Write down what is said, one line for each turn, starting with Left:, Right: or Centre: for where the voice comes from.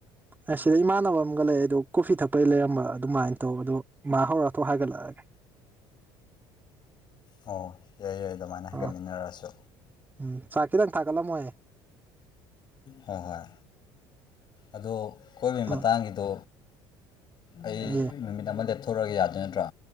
Right: ꯑ ꯁꯤꯗ ꯏꯃꯟ ꯕꯝꯒ ꯂꯩ ꯑꯗꯨ ꯀꯣꯐꯤ ꯊꯛꯄꯩ ꯂꯩꯔꯝꯕ ꯑꯗꯨꯃꯥꯏꯟ ꯇꯧꯕ ꯑꯗꯣ ꯃꯥ ꯍꯧꯔ ꯊꯣꯛ ꯍꯥꯏꯒꯠꯂꯛꯑꯒꯦ
Left: ꯑꯣ ꯌꯥꯏ ꯌꯥꯏ ꯑꯗꯨꯃꯥꯏꯅ ꯍꯥꯏꯒꯠꯃꯤꯟꯅꯔꯁꯨ
Right: ꯑꯥ ꯎꯝ ꯆꯥꯛ ꯈꯤꯇꯪ ꯊꯥꯒꯠꯂꯝꯃꯣꯍꯦ
Left: ꯍꯣꯏ-ꯍꯣꯏ ꯑꯗꯣ ꯀꯣꯏꯕꯩ
Right: ꯑꯥ
Left: ꯃꯇꯥꯡꯒꯤꯗꯣ ꯑꯩ
Right: ꯑꯦ
Left: ꯅꯨꯃꯤꯠ ꯑꯃꯗ ꯊ ꯊꯣꯔꯒꯦ ꯌꯥꯗꯣꯏ ꯅꯠꯇ꯭ꯔꯥ